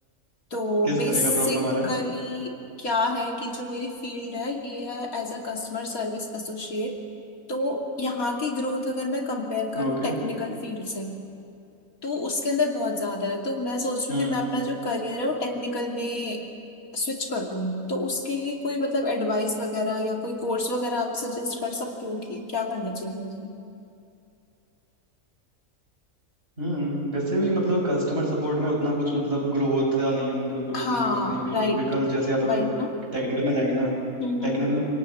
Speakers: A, on the left; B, on the right.
A: तो
B: किस
A: बेसिकली
B: तरह का प्रॉब्लम आ रहा
A: क्या है कि जो मेरी फील्ड है ये है as a customer service associate तो यहाँ की ग्रोथ अगर मैं कंपेयर करूँ
B: है ओके
A: टेक्निकल फील्ड से तो उसके अंदर बहुत ज्यादा है तो मैं सोच रही
B: हम्म
A: हूँ कि मैं अपना जो करियर है वो टेक्निकल में स्विच कर दूँ तो उसके लिए कोई मतलब एडवाइस वगैरह या कोई कोर्स वगैरह आप सजेस्ट कर सकते हो कि क्या करना चाहिए मुझे
B: हम्म वैसे भी मतलब कस्टमर सपोर्ट में उतना कुछ मतलब ग्रो होता नहीं है मतलब ग्रोथ
A: हाँ
B: नहीं है उसने भी
A: राइट
B: बिकॉज जैसे आप अगर
A: बाइक ना
B: टेक्निकल में जाएंगे ना
A: हम्म
B: टेक्निकल
A: हम्म